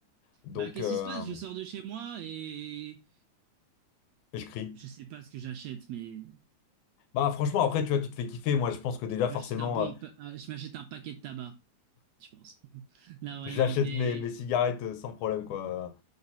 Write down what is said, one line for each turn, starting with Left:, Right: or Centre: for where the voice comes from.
Left: Donc.
Right: Bah, qu'est-ce
Left: euh,
Right: qui se passe? Je sors de chez moi et
Left: Et je crie.
Right: je sais pas ce que j'achète, mais
Left: Bah franchement après tu vois tu te fais kiffer moi je pense que déjà
Right: je
Left: forcément
Right: m'achète un bon,
Left: euh,
Right: pa- euh, je m'achète un paquet de tabac. je pense. <laughs> Là, ouais,
Left: j'achète
Right: non, mais.
Left: mes, mes cigarettes euh, sans problème quoi.